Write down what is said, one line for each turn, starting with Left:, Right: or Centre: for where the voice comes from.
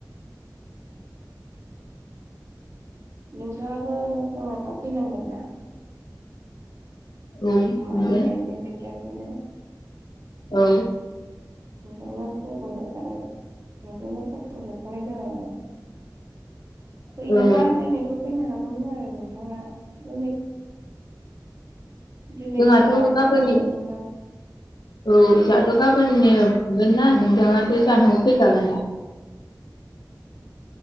Right: <inaudible> नोंथाङाबो बुंहरबा फैनांगोन ना
Left: मोनगोन
Right: माइ गायनो खोथिया फुनो
Left: औ
Right: द माथ' बथ खाराय <unintelligible> फैनोबा
Left: औ
Right: दिनैबो फैनो हागौमोन आरो नोंथाङा दिनै दिनै
Left: जोंहाथ'
Right: सोलाबाबालाय
Left: गाबोननि
Right: नोंथां
Left: औ जोंहाथ' गाबोननो फुगोन ना नोंथाङाथ' जांहानाव फैखागोन दा